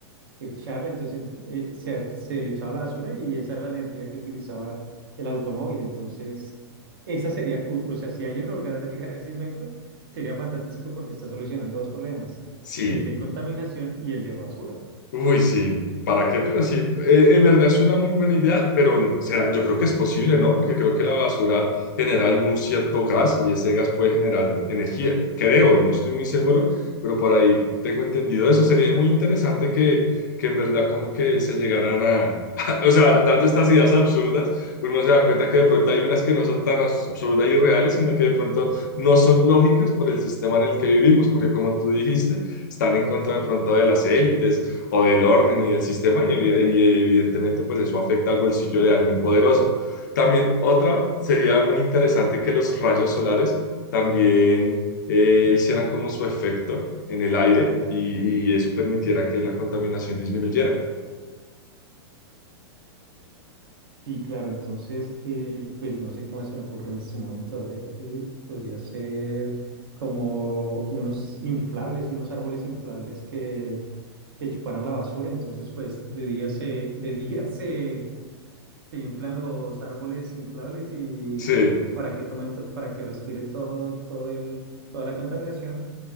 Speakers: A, on the right; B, on the left.
A: echarla, entonces eh, se, se le echaba la basura y esa era la energía que utilizaba el automóvil. Entonces, esa sería, o, o sea, si alguien lograra <laughs> llegar a ese invento, sería fantástico porque está solucionando dos problemas,
B: sí.
A: el de contaminación y el de basura.
B: Uy, sí, ¿para qué? Pero sí, eh, en verdad es una muy buena idea, pero será, yo creo que es posible, ¿no? Porque creo que la basura genera algún cierto gas y ese gas puede generar energía. Creo, no estoy muy seguro, pero por ahí tengo entendido eso. Sería muy interesante que, que en verdad como que se llegaran a... <laughs> O sea, dando estas ideas absurdas, uno se da cuenta que de pronto hay unas que no son tan abs- absurdas y reales, sino que de pronto no son lógicas por el sistema en el que vivimos, porque como tú dijiste, están en contra de pronto de las élites o del orden y del sistema y, evi- y evidentemente pues eso afecta al bolsillo de alguien poderoso. También otra sería muy interesante que los rayos solares también eh, hicieran como su efecto en el aire y, y eso permitiera que la contaminación disminuyera.
A: Sí, claro, entonces, eh, pues no sé qué más se me ocurre en este momento. A ver, eh, podría ser como unos inflables, unos árboles inflables que, que chuparan la basura. Entonces, pues de día se, de día <laughs> se, se inflan los árboles inflables y
B: Sí.
A: para que tomen to- para que respiren todo, todo el, toda la contaminación.